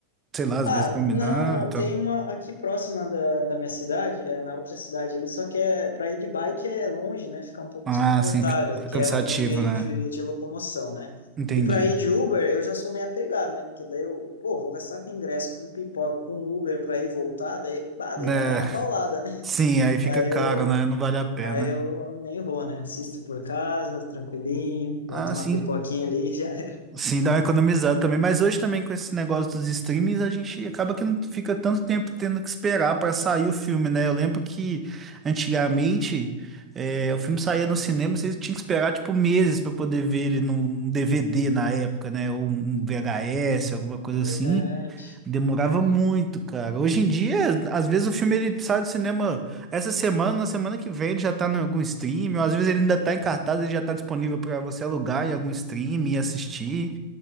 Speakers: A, on the right (about 20°); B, on the left (about 70°).
A: sei lá, às
B: Ah,
A: vezes combinar,
B: não, não,
A: tá?
B: tem uma aqui próxima da, da minha cidade, é, na outra cidade ali, só que é para ir de bike é longe, né? Fica um pouco
A: Ah,
B: desconfortável,
A: sim, c-
B: que
A: cansativo,
B: é o meu meio
A: né?
B: de, de locomoção, né?
A: Entendi.
B: E para ir de Uber, eu já sou meio apegado, né? Porque daí eu, pô, vou gastar com ingresso, com pipoca, com Uber para ir e voltar, daí, bah,
A: Né?
B: daí vai dar uma paulada, né? <laughs>
A: Sim, aí fica
B: Aí
A: caro,
B: eu,
A: né? Não vale a pena.
B: aí eu nem vou, né? Assisto por casa, tranquilinho, boto
A: Ah,
B: uma
A: sim.
B: pipoquinha ali e já era.
A: Sim, dá uma economizada também, mas hoje também com esse negócio dos streamings a gente acaba que não fica tanto tempo tendo que esperar para sair o filme, né? Eu lembro que antigamente eh, o filme saía no cinema, vocês tinham que esperar tipo meses para poder ver ele num, num DVD na época, né? Ou um VHS, alguma coisa
B: É Verdade.
A: assim. Demorava
B: Pior.
A: muito, cara. Hoje em dia, às vezes o filme ele sai do cinema essa semana, na semana que vem ele já tá em algum stream, ou às vezes ele ainda tá em cartaz, ele já tá disponível para você alugar em algum stream e assistir.